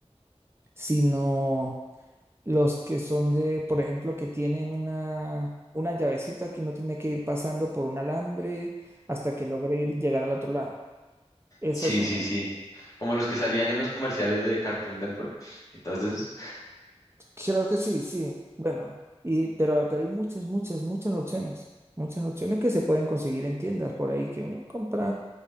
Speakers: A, on the right; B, on the left.
A: sino Los que son de, por ejemplo, que tienen una, una llavecita que uno tiene que ir pasando por un alambre hasta que logre ir, llegar al otro lado. Esa
B: Sí,
A: es una.
B: sí, sí. Como los que salían en los comerciales de Cartoon Network. Entonces,
A: Creo que sí, sí. Bueno, y, pero, pero hay muchas, muchas, muchas opciones. Muchas opciones que se pueden conseguir en tiendas por ahí que uno compra,